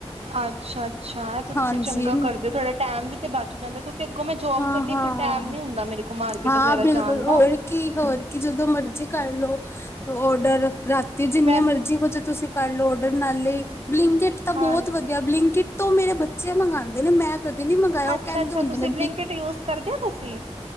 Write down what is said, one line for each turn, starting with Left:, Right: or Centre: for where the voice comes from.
Right: ਅੱਛਾ। ਅੱਛਾ ਤੇ
Left: ਹਾਂਜੀ
Right: ਤੁਸੀਂ ਚੰਗਾ ਕਰਦੇ ਹੋ ਤੁਹਾਡਾ ਟਾਈਮ ਵੀ ਬਚ ਜਾਂਦਾ ਕਿਉਂਕਿ ਅੱਗੋਂ ਮੈਂ ਜੋਬ
Left: ਹਾਂ-ਹਾਂ-ਹਾਂ
Right: ਕਰਨੀ ਫੇਰ ਟਾਈਮ ਨੀ ਹੁੰਦਾ ਮੇਰੇ ਕੋਲ ਮਾਰਕੀਟ
Left: ਹਾਂ
Right: ਵਗੈਰਾ
Left: ਬਿਲਕੁਲ
Right: ਜਾਣ ਦਾ।
Left: ਹੋਰ ਕੀ ਹੋਰ ਕੀ ਜਦੋਂ ਮਰਜ਼ੀ ਕਰ ਲੋ ਔਡਰ। ਰਾਤੀ ਜਿੰਨੇ
Right: ਵੈਸ
Left: ਮਰਜ਼ੀ ਹੋਜੇ ਤੁਸੀਂ ਕਰ ਲੋੜ ਨਾਲੇ ਬਲਿੰਕਿਟ ਤਾਂ ਬਹੁਤ
Right: ਹਾਂ
Left: ਵਧੀਆ ਬਲਿੰਕਟ ਤ ਉਹ ਮੇਰੇ ਬੱਚੇ ਮੰਗਵਾਉਦੇ ਨੇ ਮੈਂ ਕਦੇ ਨੀ ਮੰਗਾਇਆ ਉਹ
Right: ਅੱਛਾ
Left: ਕਹਿੰਦੇ
Right: ਅੱਛਾ
Left: ਹੁੰਦੇ
Right: ਤੁਸੀਂ
Left: ਨੇ
Right: ਬਲਿੰਕਟ ਯੂਜ ਕਰਦੇ ਹੋ ਤੁਸੀਂ